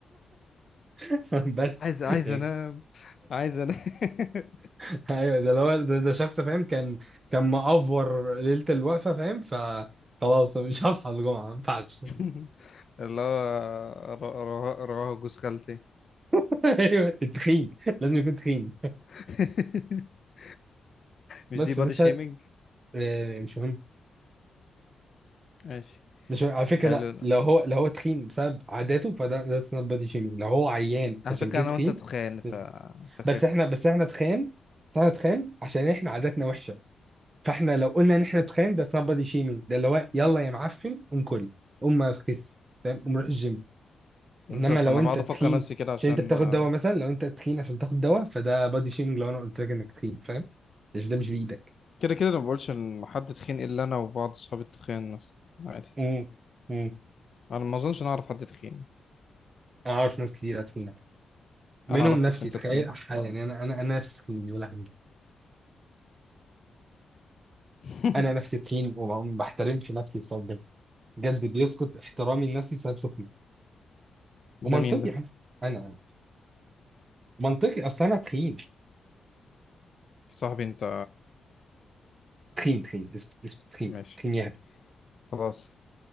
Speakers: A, on the right; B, on the left.
A: <laughs> بس
B: عايز عايز
A: يعني
B: انام عايز انام
A: <laughs> ايوه ده اللي هو ده, ده شخص فاهم كان كان مأفور ليله الوقفه فاهم فخلاص مش هصحى الجمعه ما ينفعش
B: <laughs> اللي هو ر- رواه رواه جوز خالتي
A: <laughs> ايوه تخين لازم يكون تخين
B: <laughs> مش
A: بس
B: دي
A: فلسه
B: بادي شيمينج
A: آه، مش مهم
B: ماشي
A: مش على فكرة
B: حلو
A: لا لو هو لو هو تخين بسبب عاداته فده ذاتس نوت بادي شيمينج لو هو عيان
B: على
A: عشان
B: فكرة
A: كده
B: أنا
A: تخين
B: وأنت تخان ف...
A: بس
B: فخف
A: بس احنا بس احنا تخان بس احنا تخان عشان احنا عاداتنا وحشة فاحنا لو قلنا ان احنا تخان ده نوت بادي شيمينج ده اللي هو يلا يا معفن قوم كل قوم ما تخس فاهم قوم روح الجيم انما
B: بالظبط
A: لو
B: أنا
A: انت
B: بقعد
A: تخين
B: أفكر نفسي كده عشان
A: عشان انت بتاخد
B: آه،
A: دواء مثلا لو انت تخين عشان بتاخد دواء فده بادي شيمينج لو انا قلت لك انك تخين فاهم عشان ده مش بايدك
B: كده كده أنا ما بقولش إن حد تخين إلا أنا وبعض أصحابي التخان مثلا عادي
A: امم امم
B: أنا ما أظنش إن انا أعرف حد تخين
A: انا عارف ناس كتير تخينة منهم
B: أنا أعرفك
A: نفسي
B: أنت
A: تخيل
B: تخين
A: أح- يعني انا انا انا نفسي تخين يا لهوي
B: <laughs>
A: انا نفسي تخين وما بحترمش نفسي بسبب ده. بجد بيسقط احترامي لنفسي بسبب سخني ومنطقي
B: ده مين ده؟
A: حسن انا انا منطقي اصل انا تخين
B: صاحبي أنت
A: تخين تخين اسكت اسكت تخين
B: ماشي
A: تخين يا هبل
B: خلاص